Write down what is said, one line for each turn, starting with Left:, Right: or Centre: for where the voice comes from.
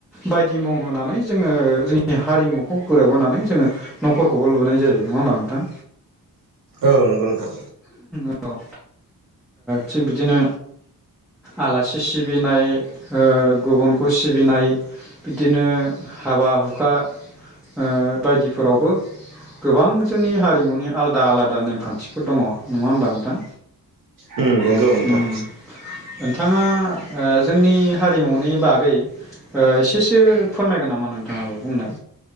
Centre: बायदि मुं होनानै जोङो जोंनि हारिमुखौ गोरोबहोनानै जोङो न'फोरखौबो लुनाय जायो नङा होनोमा नोंथां
Right: औ नंगौ नोंथां
Centre: ओ थिग बिदिनो आलासि सिबिनाय ओ गुबुनखौ सिबिनाय बिदिनो हाबा हुखा ओ बायदिफोरावबो गोबां जोंनि हारिमुनि आलदा आलादा नेमखान्थिफोर दङ नङा होमबा नोंथां
Right: उम नंगौ नोंथां
Centre: ओम नोंथाङा ओ जोंनि हारिमुनि बागै ओ एसेसो फोरमायगोन नामा नोंथाङाबो बुंनाय